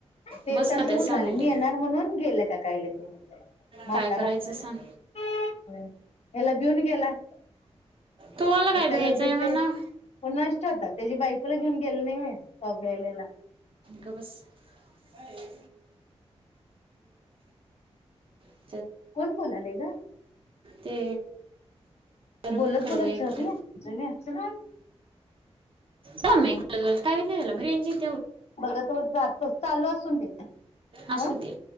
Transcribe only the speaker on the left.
ते
तस
कुठलं
आलय, मी येणार म्हणून गेला का कायला घेऊ म्हातारा,
त्याला भिऊन गेला
त्याला
भितय
नष्ट होता त्याची बायकोला घेऊन <inaudible> ए सभ्यालेला.
कोण बोलालय गं?
बोलत,
बोलत
जातोया. जग्या चल.
बघंत तो जातो, चालू असून दे,
हं!